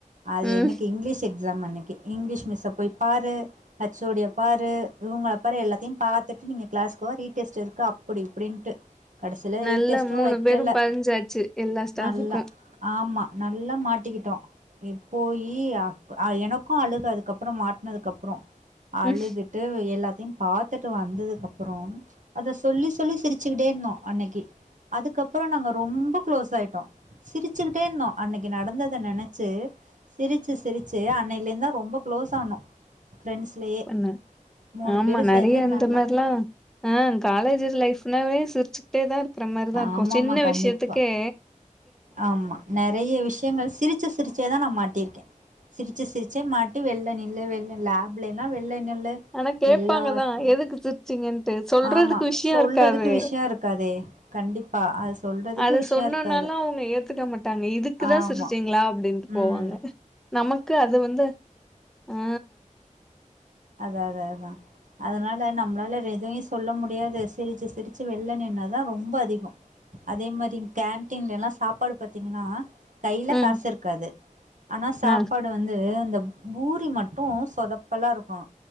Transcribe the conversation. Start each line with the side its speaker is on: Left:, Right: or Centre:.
Right: அது
Centre: ம்
Right: எனக்கு இங்கிலீஷ் எக்ஸாம் அன்னிக்கி இங்கிலீஷ் மிஸ்ஸ போய் பாரு ஹச்சோடிய பாரு இவங்க அப்பற எல்லாத்தையு பாத்துட்டு நீங்க கிளாஸ்கு வா ரீடெஸ்ட் இருக்கு அப்படி இப்படின்ட்டு கடைசில
Centre: எல்லா
Right: டெஸ்ட்டும்
Centre: மூணு
Right: வைக்கல
Centre: பேரு பதிஞ்சாச்சு எல்லா ஸ்டாபுக்கு
Right: நல்லா ஆமா நல்லா மாட்டிகிட்டோ இப்போயி ஆ எனக்கு அழுக அதுக்கப்புறோ மாட்னதுக்கப்றோ அழுதுட்
Centre: ம்
Right: ட்டு எல்லாத்தியு பாத்துட்டு வந்துதுக்கப்பறோ அத சொல்லி சொல்லி சிரிச்சுக்கிட்டே இருந்தோ அன்னைக்கி அதுக்கப்பறோ நாங்க ரொம்ப குளோஸ் ஆய்ட்டோ சிரிச்சுக்கிட்டே இருந்தோ அன்னைக்கு நடந்தத நெனச்சு சிரிச்சு சிரிச்சு அன்னைலெந்து தா ரொம்ப க்ளோஸ் ஆனோ ஃப்ரெண்ட்ஸ்லயே
Centre: பண்ண
Right: மூணு
Centre: ஆமா
Right: பேரு
Centre: நறையா
Right: சேந்து
Centre: இந்த
Right: நல்லா
Centre: மேர்லா ஆ காலேஜ் லைஃப்னாவே சிரிச்சு ட்டேதா இருக்கிற மாறிதா
Right: ஆமாமா
Centre: இருக்கோ சின்ன
Right: கண்டிப்பா
Centre: விஷ்யத்துக்கே
Right: ஆமா நறைய விஷ்யங்கள் சிரிச்சு சிரிச்சேதா நா மாட்டிருக்கே சிரிச்சு சிரிச்சே மாட்டி வெள்ள நில்லு வெள்ள லேப்லயெல்லா வெள்ள நில்லு
Centre: ஆனா கேப்பாங்கதா
Right: எல்லாத்துலயு
Centre: எதுக்கு சிர் ச்சீங்கன்ட்டு சொல்றதுக்கு
Right: ஆமா
Centre: விஷ்யோ
Right: சொல்றதுக்கு
Centre: இருக்காது
Right: விஷயோ இருக்காதே கண்டிப்பா அது சொல்றதுக்கு
Centre: அத
Right: விஷயோ
Centre: சொன்னோனாலு
Right: இருக்காது
Centre: அவுங்க ஏத்துக்க மாட்டாங்க இதுக்குதா
Right: ஆமா
Centre: சிரிச்சீங்ளா அப்டீன்ட்டு
Right: ம்
Centre: போவாங்க நமக்கு அது வந்து ஆ
Right: அதா அதா அதா அதனால நம்மளால எதுயு சொல்ல முடியாது சிரிச்சு சிரிச்சு வெள்ள நின்னாதா ரொம்ப அதிகோ அதே மாறி கேன்டீன்லெல்லா சாப்பாடு பாத்தீங்கன்னா கைல
Centre: ம்
Right: காசு இருக்காது ஆனா சாப்பாடு
Centre: ந
Right: வந்து இந்த பூரி மட்டு சொதப்பலா இருக்கோ